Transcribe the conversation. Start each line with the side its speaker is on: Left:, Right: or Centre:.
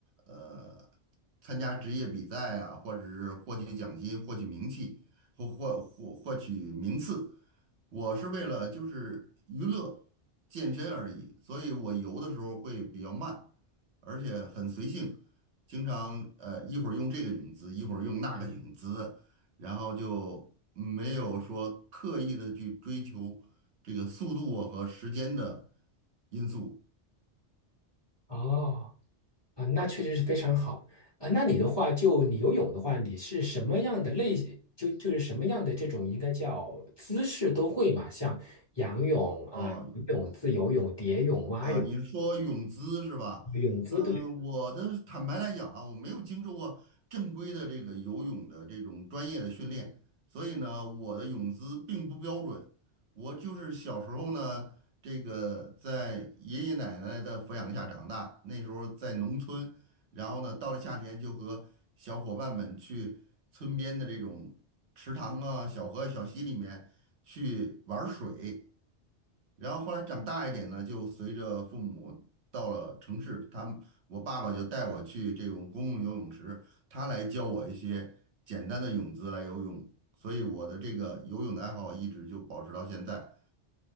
Right: 呃参加职业比赛啊，或者是获取奖金、获取名气或获获获取名次，我是为了就是娱乐、健身而已。所以我游的时候会比较慢，而且很随性，经常呃一会儿用这个泳姿，一会儿用那个泳姿，然后就没有说刻意的去追求这个速度啊和时间的因素
Left: 哦，啊，那确实是非常好啊。那你的话，就你游泳的话，你是什么样的类型？就就是什么样的这种应该叫姿势都会嘛？像仰泳啊、
Right: 哦，
Left: 游泳、自由泳、蝶泳、蛙泳、
Right: 啊，你说泳姿是吧？
Left: 泳姿对。
Right: 呃，我的坦白来讲啊，我没有经受过正规的这个游泳的这种专业的训练，所以呢，我的泳姿并不标准。我就是小时候呢，这个在爷爷奶奶的抚养下长大，那时候在农村，然后呢，到了夏天就和小伙伴们去村边的这种池塘啊、小河、小溪里面去玩水。然后后来长大一点呢，就随着父母到了城市，他们我爸爸就带我去这种公共游泳池，他来教我一些简单的泳姿来游泳，所以我的这个游泳的爱好一直就保持到现在。